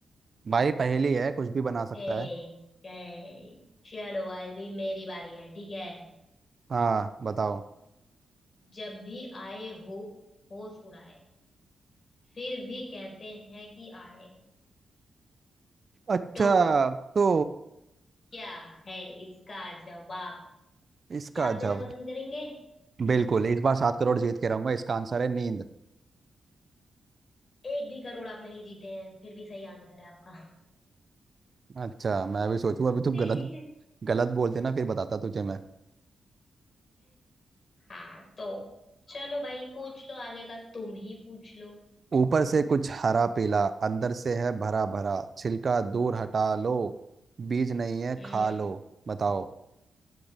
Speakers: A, on the right; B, on the left.
A: भाई पहेली है कुछ भी बना सकता
B: ए,
A: है
B: ए, चलो अभी मेरी बारी है ठीक है
A: हाँ बताओ
B: जब भी आए हो होश उड़ाए फिर भी कहते हैं कि आए
A: अच्छा
B: तो
A: तो
B: क्या है इसका जवाब
A: इसका
B: क्या आप देना
A: जवाब
B: पसंद करेंगे
A: बिल्कुल इस बार सात करोड़ जीत के रहूंगा इसका आंसर है नींद
B: एक भी करोड़ आप नहीं जीते हैं फिर भी सही आंसर है आपका
A: अच्छा मैं भी सोचूं अभी तू
B: <laughs>
A: गलत गलत बोलते ना फिर बताता तुझे मैं
B: हाँ तो चलो भाई पूछ लो आगे का तुम ही पूछ लो
A: ऊपर से कुछ हरा पीला अंदर से है भरा भरा छिलका दूर हटा लो बीज नहीं है
B: हम्म
A: खा लो बताओ